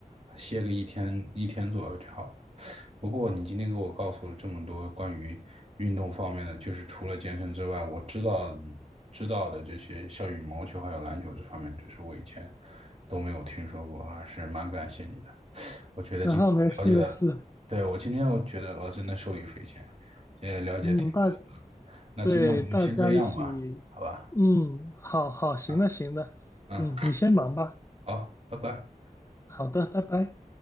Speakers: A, on the right (about 45°); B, on the left (about 20°).
A: 呃歇个一天一天左右就好了。不过你今天给我告诉了这么多关于运动方面的，就是除了健身之外，我知道知道的这些，像羽毛球还有篮球这方面，只是我以前都没有听说过啊，还是蛮感谢你的。我觉得今天了解的，
B: 然后没事没事，
A: 对，我今天我觉得我真的受益匪浅，这了解挺多。
B: 嗯，大
A: 那今天我们就先这样吧，
B: 对大家一起，
A: 好吧？
B: 嗯，好好，行的行的，
A: 嗯嗯，
B: 嗯，你先忙吧。
A: 好，拜拜。
B: 好的，拜拜。